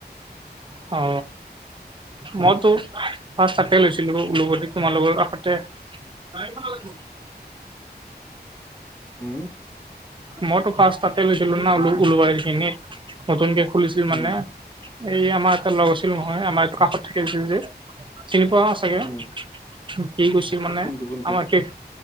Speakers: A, on the right; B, on the left.
A: অ। মইতো ফাৰ্ষ্ট তাতে লৈছিলো উলুবাৰী তোমালোকৰ কাষতে। <inaudible>
B: হুম?
A: মইতো ফাৰ্ষ্ট তাতে লৈছিলো না উলুবাৰী নতুনকে খুলিছিল
B: উম
A: মানে, এই আমাৰ এটাৰ লগ হৈছিল নহয় আমাৰটো কাষত থাকি আছিল যে, চিনি পোৱা চাগে?
B: উম
A: সি গৈছিল মানে
B: কোনটো কোনটো
A: আমাৰ শেষ